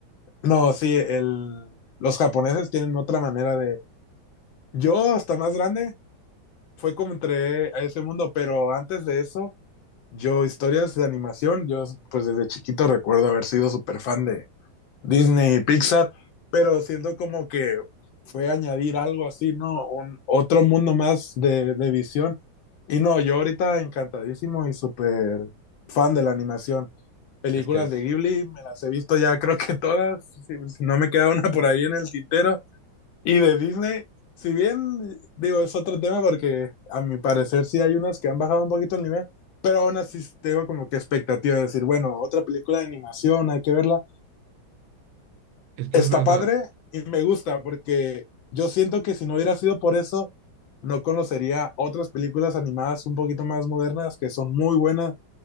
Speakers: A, on the left; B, on the right.
A: No, sí, el, los japoneses tienen otra manera de... Yo hasta más grande fue como entré a ese mundo, pero antes de eso, yo historias de animación, yo pues desde chiquito recuerdo haber sido súper fan de, Disney y Pixar, pero siento como que fue añadir algo así, ¿no? Un, otro mundo más de, de visión. Y no, yo ahorita encantadísimo y súper fan de la animación. Películas
B: Es que es,
A: de Ghibli, me las he visto ya creo que todas, si, si no me queda una por ahí en el tintero. Y de Disney, si bien digo, es otro tema porque a mi parecer sí hay unas que han bajado un poquito el nivel, pero aún así tengo como que expectativa de decir, bueno, otra película de animación, hay que verla
B: es que
A: está
B: es verdad,
A: padre y me gusta porque yo siento que si no hubiera sido por eso, no conocería otras películas animadas un poquito más modernas que son muy buenas,